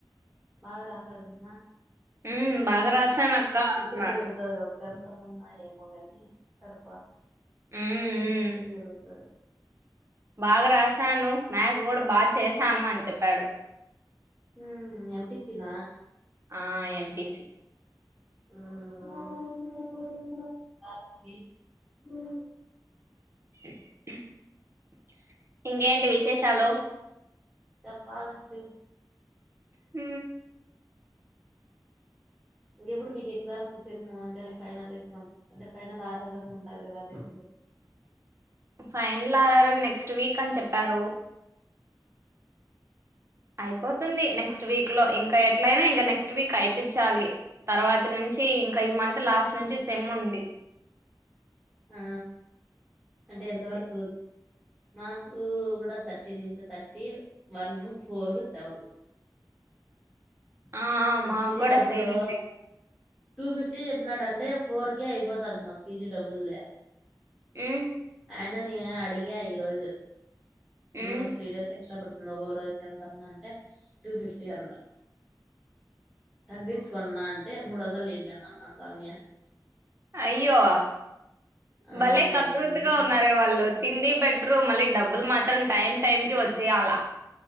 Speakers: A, in the centre; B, on the right.
A: బాగ రాసాడటన
B: ఉ బాగ రాసాన అక్క అంటున్నాడు.
A: గా జరుగుతది కదా టెన్త్ ఉన్నా ఏమో కాని, ఇంటర్
B: మ్మ్
A: బాగా సిట్ట్ జరుగుతుంది.
B: బాగా రాశాను మ్యాస్, కూడ బాగా చేశాను అని చెప్పాడు.
A: ఉ ఎంపిసిన
B: ఆ <unintelligible>
A: <unintelligible> బస్వి ఊ
B: <unintelligible> ఇంకేంటి విశేషాలు
A: చెప్పాలే ఆశు
B: ఊ
A: ఇంకెప్పుడు మీకు ఎగ్జామ్స్ సేమ్ వన్ ఇయాల ఫైనల్ ఎగ్జామ్స్ అంటే ఫైనల్ ఆరోగంగా ఉంటది కదా అదేలో
B: ఫైనల్ ఆరారం నెక్స్ట్ వీక్ అని చెప్పారు. అయిపోతుంది నెక్స్ట్ వీక్ లో ఇంకా ఎట్లయినా ఇంకా నెక్స్ట్ వీక్ అయిపించాలి తర్వాత నుంచి నుంచి ఇంకా ఈ మంత్ లాస్ట్ నుంచి సెమ్ ఉంది.
A: <unintelligible> ఆ అంటే ఎంతవరకు మాకు కూ కూడా థర్టీ నుంచి థర్టీ వన్ ఫోర్ సెవెన్ <unintelligible>
B: ఆ
A: ఈ
B: మాకు
A: పిజీ
B: కూడా
A: డబ్బులు
B: సేమ్ డే.
A: టూ ఫిఫ్టీ చెప్పినాడంటే ఫోర్ కే అయిపోతది మాకు పీజీ డబుల్ లే
B: ఊ
A: అయన్నని అడిగా ఈ రోజు నిన్నా
B: ఉమ్
A: ఒ త్రీ డేస్ ఎక్స్ట్రా పడుతు నొక్కక రోజుకి ఎంత అన్నా అంటే టూ ఫిఫ్టీ అన్నడు తగ్గించుకో అన్న అంటే మూడు వందలు తెండి అన్నాడు స్వామి,
B: అయ్యో
A: ఆ
B: భలే కకృతిగా
A: ఇంకెందుకు
B: ఉన్నారే వాళ్ళు తిండి పెట్రూ మళ్ళీ డబ్బులు మాత్రం టైమ్ టైం కి వచ్చేయాల